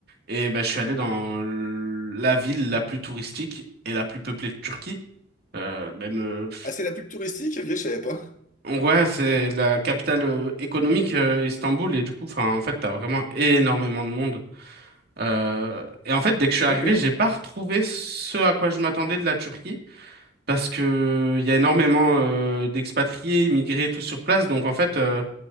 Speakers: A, on the right (about 50°); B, on the left (about 40°).
A: Et ben, je suis allé dans l- la ville la plus touristique et la plus peuplée de Turquie. Euh, même.
B: Ah, c'est la pub touristique? Ok, je savais pas.
A: Ouais, c'est la capitale euh, économique, euh, Istanbul, et du coup, enfin, en fait, t'as vraiment énormément de monde. Euh, et en fait, dès que je suis arrivé,
B: Ok.
A: j'ai pas retrouvé ce à quoi je m'attendais de la Turquie, parce que il y a énormément euh, d'expatriés, immigrés, et tout sur place. Donc, en fait, euh,